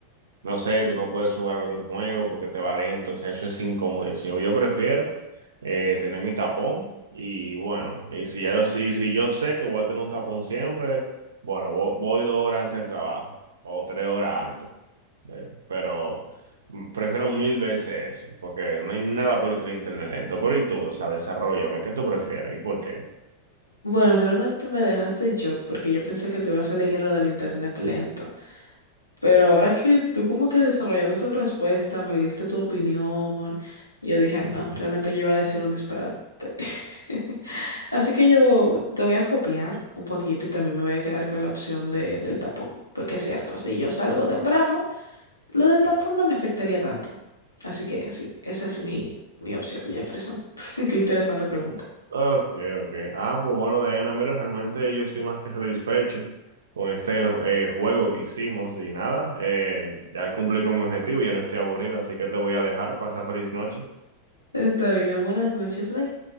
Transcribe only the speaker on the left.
Bueno, realmente me dejaste en shock porque yo pensé que tú ibas a elegir lo del internet lento. Pero ahora que tú como que desarrollando tu respuesta, me diste tu opinión, yo dije, no, realmente yo iba a decir un disparate. <laughs> Así que yo te voy a copiar un poquito y también me voy a quedar con la opción de, del tapón, porque es cierto, si yo salgo temprano, lo del tapón no me afectaría tanto. Así que sí, esa es mi, mi opción, Jefferson. <laughs> Qué interesante pregunta.
Está bien, buenas noches, bye.